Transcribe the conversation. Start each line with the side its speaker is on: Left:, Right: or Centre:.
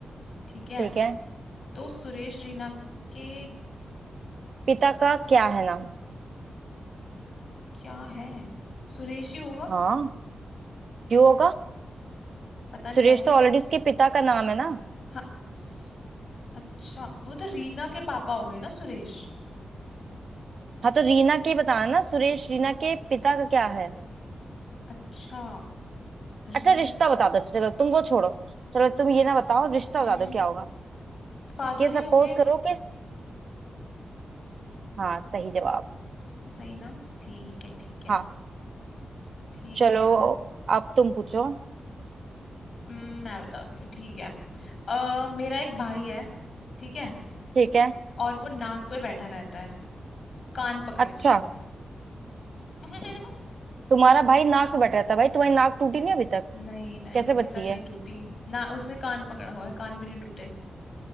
Left: ठीक है
Right: ठीक है
Left: तो सुरेश रीना के
Right: पिता का क्या है नाम
Left: क्या है सुरेश ही होगा
Right: हाँ क्यों होगा
Left: पता नहीं
Right: सुरेश
Left: ऐसे
Right: तो
Left: ही
Right: ऑलरेडी उसके पिता का नाम है ना
Left: हाँ स- अच्छा वो तो रीना के पापा हो गए ना सुरेश
Right: हाँ तो रीना के बताना ना सुरेश रीना के पिता का क्या है
Left: अच्छा
Right: अच्छा
Left: रीना
Right: रिश्ता बता दो अच्छा, चलो तुम वो छोड़ो चलो तुम ये ना बताओ रिश्ता बता
Left: हम्म
Right: दो क्या होगा
Left: फादर
Right: कि सपोज
Left: ही होंगे
Right: करो कि हाँ सही जवाब
Left: सही ना ठीक है ठीक है
Right: हाँ
Left: ठीक
Right: चलो
Left: है
Right: अब तुम पूछो
Left: हम्म, मैं बताती हूँ ठीक है अ, मेरा एक भाई है ठीक है
Right: ठीक है
Left: और वो नाक पे बैठा रहता है कान पकड़
Right: अच्छा
Left: के <laughs>
Right: तुम्हारा भाई नाक पे बैठा रहता है भाई तुम्हारी नाक टूटी नहीं अभी तक
Left: नहीं नहीं
Right: कैसे
Left: अभी
Right: बची
Left: तक
Right: है
Left: नहीं टूटी ना उसने कान पकड़ा हुआ है कान भी नहीं टूटे